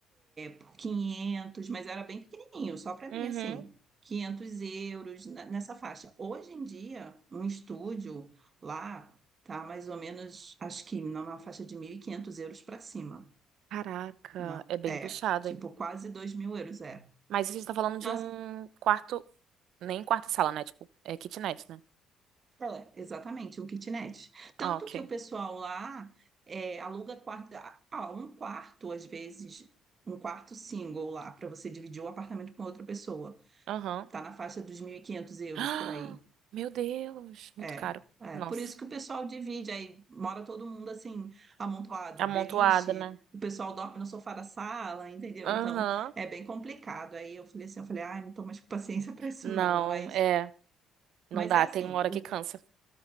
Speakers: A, on the right; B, on the right.
A: por 500, mas era bem pequenininho, só para mim,
B: Uhum.
A: assim, 500 euros na- nessa faixa. Hoje em dia, um estúdio lá tá mais ou menos, acho que numa faixa de 1.500 euros para cima,
B: Caraca,
A: né?
B: é bem
A: É,
B: puxado,
A: tipo,
B: hein?
A: quase 2 mil euros, é.
B: Mas a gente tá falando
A: Então,
B: de um
A: as-
B: quarto, nem quarto e sala, né? Tipo, é kitnet, né?
A: é, exatamente, um kitnet. Tanto
B: Ah, ok.
A: que o pessoal lá é, aluga quarto, ah, um quarto, às vezes, um quarto single lá, para você dividir o apartamento com outra pessoa.
B: Aham. <gasps>
A: Tá na faixa dos 1.500 euros
B: Ah,
A: por aí.
B: Meu Deus, muito
A: É,
B: caro.
A: é.
B: Nossa,
A: Por isso que o pessoal divide, aí mora todo mundo assim, amontoado,
B: amontoada,
A: beliche,
B: né?
A: o pessoal dorme no sofá da sala, entendeu?
B: Aham.
A: Então é bem complicado. Aí eu falei assim, eu falei, ai, não tô mais com paciência para isso
B: Não,
A: não, mas,
B: é, não
A: mas
B: dá,
A: é assim,
B: tem uma hora que cansa.